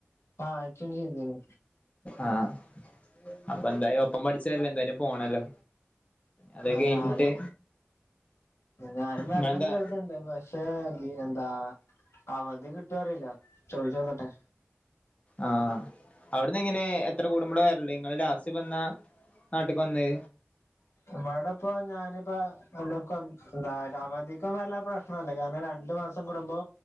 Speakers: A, on the left; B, on the left.
A: ആഹ് ച്ചും ചെയ്തിന്നു
B: ആഹ് അപ്പൊ എന്തായാലും ഒപ്പം പഠിച്ചല്ലേ എന്തായാലും പോണല്ലോ അത്
A: ആഹ്
B: കഴിഞ്ഞിട്ട്
A: ഞാനും ഞാനും വെരണം
B: നിങ്ങളെന്താ
A: കരുത്ണ്ട് പ ക്ഷേ എന്താ അവധി കിട്ടോ അറില്ല ചോദിച്ചോക്കട്ടെ
B: ആഹ് അവിട്ന്ന് എങ്ങനെ എത്ര കൂടുമ്പോള വരല് ഇങ്ങള് ലാസ്റ്റ് പ്പൊന്നാ നാട്ട്ക്ക് വന്നെ
A: ഇവിടെ ഇപ്പൊ ഞാനിപ്പോ എ എന്നാപ്പം ന്താ അവധിക്ക്‌ ഒന്നുമല്ല പ്രശ് ണല്ലേ കാരണം രണ്ടു മാസം കൂടുമ്പോ